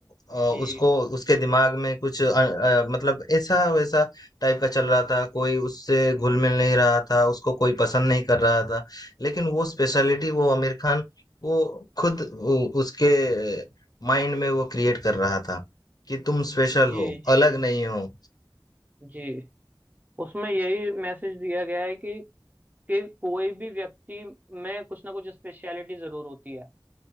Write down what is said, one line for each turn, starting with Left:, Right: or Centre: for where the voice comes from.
Left: अ,
Right: जी
Left: उसको उसके दिमाग में कुछ अ, अ, मतलब ऐसा वैसा टाइप का चल रहा था कोई उससे घुल मिल नहीं रहा था उसको कोई पसंद नहीं कर रहा था लेकिन वो स्पेशलिटी वो आमिर खान वो खुद वो उसके माइंड में वो क्रिएट कर रहा था कि तुम स्पेशल
Right: जी
Left: हो
Right: जी
Left: अलग
Right: जी
Left: नहीं हो
Right: जी उसमें यही मैसेज दिया गया है कि कि कोई भी व्यक्ति में कुछ ना कुछ स्पेशलिटी जरूर होती है